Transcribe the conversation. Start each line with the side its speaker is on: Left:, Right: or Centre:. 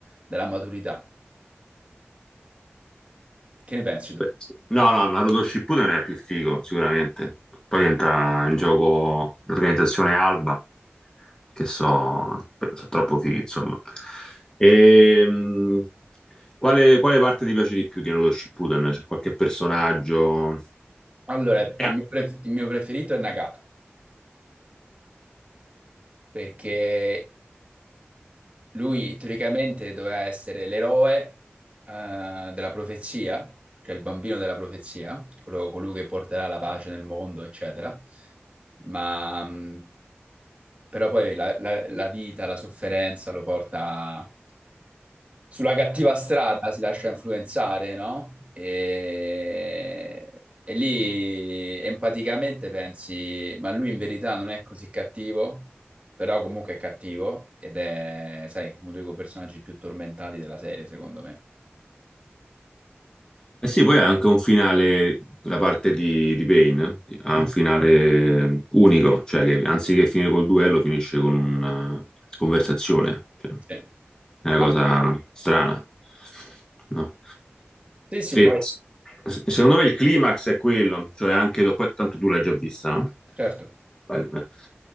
Right: della maturità. Che ne pensi tu?
Left: Beh, sì. No, no, Naruto Shippuden è più figo, sicuramente. Poi entra in gioco l'organizzazione Alba, che so, so troppo fighi, insomma. Ehm, quale, quale parte ti piace di più di Naruto Shippuden? C'è qualche personaggio?
Right: Allora,
Left: Eh.
Right: il mio, pref- il mio preferito è Nagato, perché Lui teoricamente doveva essere l'eroe eh, della profezia, cioè il bambino della profezia, quello- colui che porterà la pace nel mondo, eccetera. Ma mh, però poi la, la- la vita, la sofferenza lo porta sulla cattiva strada si lascia influenzare, no? E, e lì empaticamente pensi, ma lui in verità non è così cattivo, però comunque è cattivo ed è, sai, uno dei quei personaggi più tormentati della serie, secondo me.
Left: Eh sì, poi ha anche un finale, la parte di, di Bane, eh, ha
Right: <clears throat>
Left: un finale unico, cioè che anziché finire col duello finisce con una conversazione. Cioè,
Right: Sì,
Left: è una
Right: Ah,
Left: cosa strana, no?
Right: sì, sì,
Left: E
Right: poi
Left: s- secondo me il climax è quello, cioè anche, poi tanto tu l'hai già vista, no?
Right: certo,
Left: Vale.